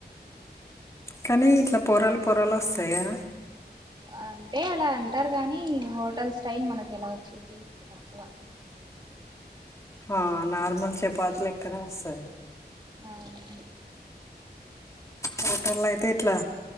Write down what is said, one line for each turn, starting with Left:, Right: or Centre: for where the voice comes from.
Left: కానీ ఇట్లా పొరలు పొరలు వస్తాయా
Right: అంటే అలా అంటారు కాగానీ హోటల్ స్టైల్ మనకు ఎలా వచ్చింది తక్కువ
Left: ఆ నార్మల్ చపాతీలు లెక్కనే వస్తాయి
Right: అవును
Left: హోటల్ లో అయితే ఇట్లా